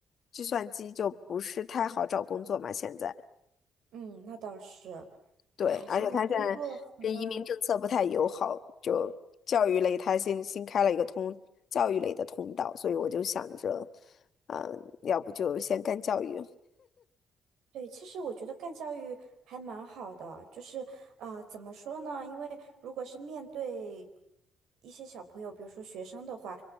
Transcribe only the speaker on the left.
计算机就不是太好找工作嘛，现在
对，
而且他现在这移民政策不太友好，
就教育类他新新开了一个通教育类的通道，所以我就想着，嗯，要不就先干教育。